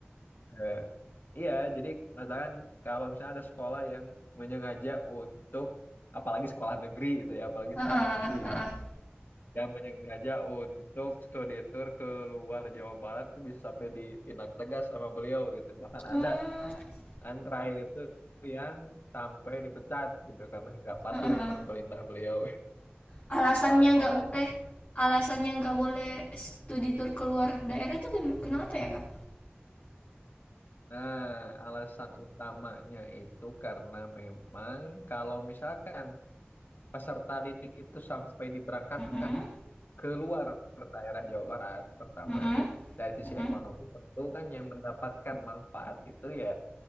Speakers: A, on the left; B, on the left.
A: Eh, iya, jadi katakan kalau misalnya ada sekolah yang menyengaja untuk apalagi sekolah negeri itu ya, apalagi
B: Ah,
A: sekolah
B: ah,
A: negeri
B: ah,
A: itu
B: ah.
A: yang menyengaja untuk studi tour keluar Jawa Barat itu bisa sampai ditindak tegas sama beliau gitu. Bahkan
B: Hmm,
A: ada dan terakhir itu yang sampai dipecat gitu karena nggak patuh
B: ah, ah,
A: sama
B: ah.
A: perintah beliau
B: alasannya
A: <laughs> kepala sekolahnya.
B: nggak boleh alasannya nggak boleh studi tour keluar daerah itu gimana kenapa ya kak
A: Nah, alasan utamanya itu karena memang kalau misalkan peserta didik itu sampai diberangkatkan
B: Mm-mm,
A: keluar daerah Jawa Barat, pertama
B: mm-mm.
A: dari sisi
B: Mm-mm.
A: ekonomi tentu kan yang mendapatkan manfaat itu ya